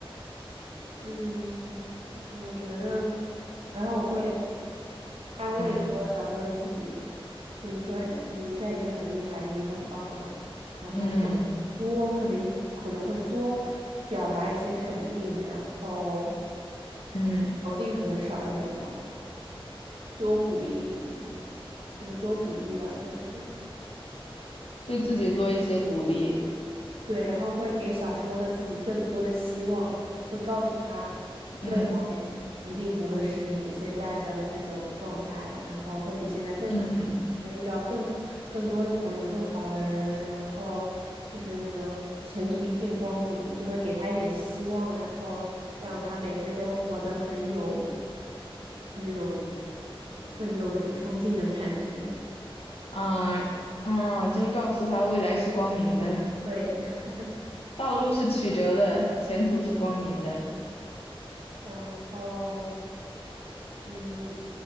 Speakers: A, on the right; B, on the left.
A: 嗯，嗯我觉得，然后我会安慰说小时候的自己，
B: 嗯
A: 就是说你现在已经很厉害，已经很棒了，然后会
B: 嗯
A: 多可能可能会多表达一些肯定，然后
B: 嗯，
A: 否定可能少一点吧，多鼓励，可能多鼓励吧，就是。
B: 对自己多一些鼓励，
A: 对，然后会给小时候的自己更多的希望，会告诉他未来一定不会是你现在的这种状态，
B: 嗯
A: 然后会比现在更好，
B: 嗯。
A: 会遇到更更多的朋友、更好的人，然后就是你的前途一片光明，就会给他一点希望，然后让他每天都活得很有那种奋斗就冲劲的感觉。
B: 嗯嗯，就是告诉他未来是光明的，
A: 对，<laughs>
B: 道路是曲折的，前途是光明的。
A: 然后。嗯，